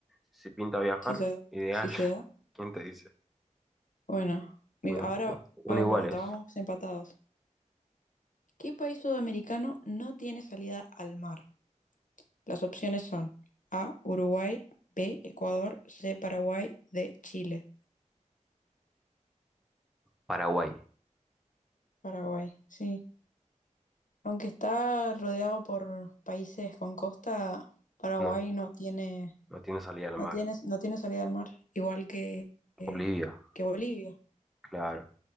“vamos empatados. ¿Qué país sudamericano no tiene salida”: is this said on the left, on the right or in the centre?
Left